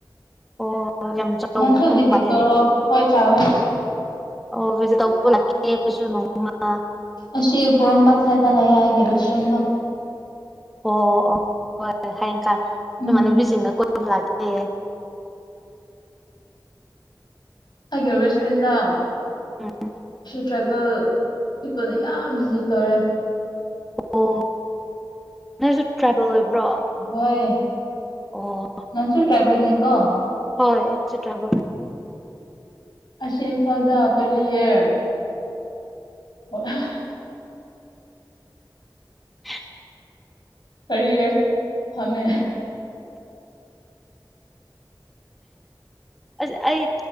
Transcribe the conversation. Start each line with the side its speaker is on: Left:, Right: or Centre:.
Centre: ꯑꯣ ꯌꯥꯝꯒꯨꯄ
Left: ꯅꯪꯁꯨ ꯚꯤꯖꯤꯠ
Centre: ꯃꯥꯅꯤ
Left: ꯇꯧꯔꯣ ꯍꯣꯏ ꯆꯥꯎꯋꯦ
Centre: ꯑꯣ ꯑꯈꯣꯏꯁꯨ ꯇꯧꯕ ꯂꯛꯈꯤꯅꯤ ꯑꯈꯣꯏꯁꯨ ꯅꯣꯡꯃ
Left: ꯑꯁꯤ ꯄꯣꯔꯣꯝꯄꯥꯠꯇ ꯑꯁꯥꯢꯗ ꯂꯩꯌꯦ ꯑꯩꯒꯤ ꯔꯦꯁꯇꯣꯔꯦꯟꯗꯣ
Centre: ꯑꯣ ꯑꯣ ꯍꯣꯏ ꯍꯣꯏ ꯍꯌꯦꯡꯀꯥꯟ
Left: ꯎꯝ
Centre: ꯏꯃꯥꯟꯅꯕꯤꯁꯤꯡꯗ ꯀꯣꯏꯕ ꯂꯥꯛꯀꯦ
Left: ꯑꯩꯒꯤ ꯔꯦꯁꯇꯣꯔꯦꯟꯗꯣ
Centre: ꯎꯝ
Left: ꯇ꯭ꯔꯥꯏꯕꯦꯜ ꯄꯤꯄꯜꯅ ꯌꯥꯝ ꯚꯤꯖꯤꯠ ꯇꯧꯔꯦ
Centre: ꯑꯣ ꯅꯪꯁꯨ ꯇ꯭ꯔꯥꯏꯕꯦꯜ ꯑꯣꯏꯕ꯭ꯔꯣ
Left: ꯍꯣꯏ
Centre: ꯑꯣ
Left: ꯅꯪꯁꯨ ꯇ꯭ꯔꯥꯏꯕꯦꯜꯅꯤꯀꯣ
Centre: ꯍꯣꯏꯆꯅꯤ
Left: ꯑꯁꯤ ꯏꯝꯐꯥꯜꯗ ꯀꯔꯤꯌꯦ ꯑꯣ
Centre: <unintelligible>
Left: ꯀꯔꯤꯌꯔ ꯐꯝꯃꯦ
Centre: ꯑꯁ ꯑꯩ